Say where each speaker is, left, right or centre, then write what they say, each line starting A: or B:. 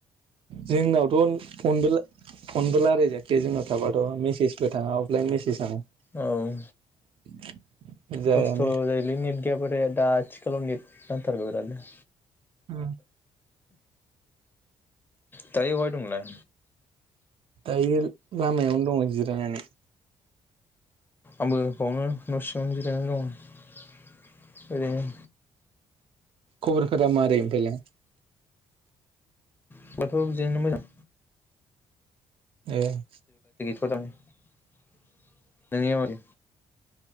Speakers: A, on the right; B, on the left.
A: जोंनावथ' फनबो फनबो रायलायजाया, बे जोंनाव थाबाथ' मेसेजबो थाङा अफलाइन मेसेजआनो।
B: औ।
A: <unintelligible> जायानो
B: खस्थ' जायोलै नेथ गैयाबा थाय दा आथिखालाव नेट नांथारगौ बेरादनो।
A: औ।
B: दायो अहाय दं नोंलाय?
A: बे लामायावनो दङ जिरायनानै।
B: आंबो बावनो न' सिङावनो गिरायनानै दं ओरैनो।
A: खबरफोरा मारै दालाय?
B: खबरफ्राथ' बेदिनो मोजां।
A: एह।
B: गोदान । नोंनिया‌ मादि?